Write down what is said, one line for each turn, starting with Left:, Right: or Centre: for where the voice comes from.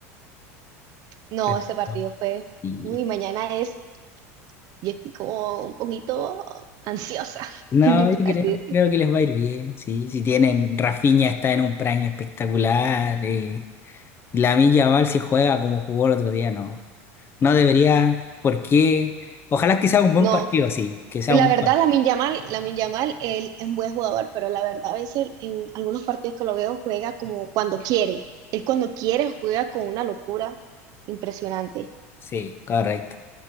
Right: No,
Left: <laughs>
Right: ese partido fue,
Left: Y
Right: uy, mañana es, y estoy como un poquito ansiosa,
Left: no,
Right: <laughs>
Left: yo creo,
Right: así decir.
Left: creo que les va a ir bien, sí. Si tienen, Rafinha está en un prime espectacular. Eh, y Lamine Yamal si juega como jugó el otro día, no. No debería, ¿por qué? Ojalá que sea un buen
Right: No,
Left: partido, sí, que sea
Right: la
Left: un buen
Right: verdad,
Left: partido.
Right: Lamine Yamal, Lamine Yamal, él es un buen jugador, pero la verdad, a veces en algunos partidos que lo veo juega como cuando quiere. Él cuando quiere juega con una locura impresionante.
Left: Sí, correcto.